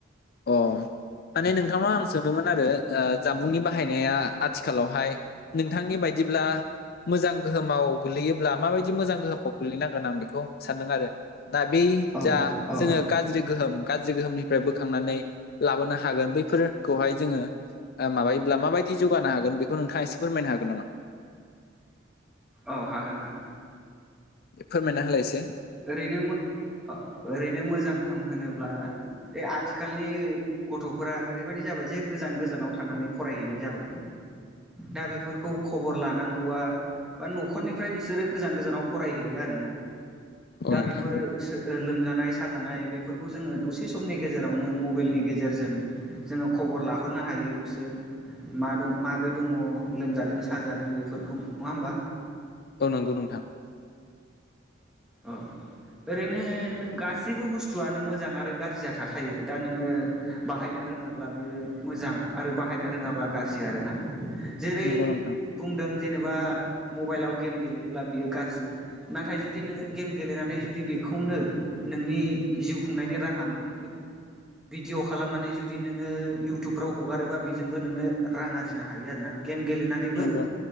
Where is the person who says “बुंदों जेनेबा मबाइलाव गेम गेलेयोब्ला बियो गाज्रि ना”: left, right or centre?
Centre